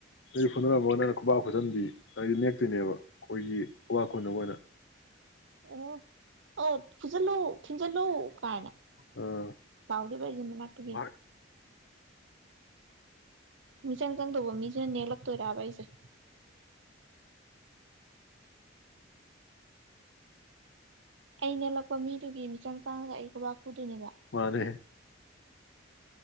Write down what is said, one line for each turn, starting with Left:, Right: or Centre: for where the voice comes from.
Left: ꯃꯤ ꯐꯨꯗꯔꯝꯃꯒ ꯅꯪꯅ ꯈꯨꯕꯥꯛ ꯈꯨꯖꯟꯕꯤ ꯅꯦꯛꯇꯣꯏꯅꯦꯕ ꯑꯩꯈꯣꯏꯒꯤ ꯈꯨꯕꯥꯛ ꯈꯨꯅꯕ ꯑꯣꯏꯅ
Right: ꯑꯣ ꯑ ꯐꯨꯖꯤꯜꯂꯨ ꯊꯤꯟꯖꯤꯜꯂꯨ ꯀꯥꯏꯅ
Left: ꯑꯥ
Right: ꯄꯥꯎꯗꯤ ꯂꯣꯢ ꯂꯩ ꯃꯅꯥꯛꯇꯒꯤ
Left: ꯍꯣꯏ
Right: ꯃꯤꯆꯪ ꯆꯪꯗꯧꯕ ꯃꯤꯁꯤꯅ ꯅꯦꯛꯂꯛꯇꯣꯏꯔꯛꯑꯕ ꯑꯩꯁꯦ <inaudible> ꯑꯩꯅ ꯅꯦꯛꯂꯛꯄ ꯃꯤꯗꯨꯒꯤ ꯃꯤꯆꯪ ꯆꯪꯉꯒ ꯑꯩ ꯈꯨꯕꯥꯛ ꯐꯨꯗꯣꯏꯅꯦꯕ
Left: ꯃꯥꯅꯦ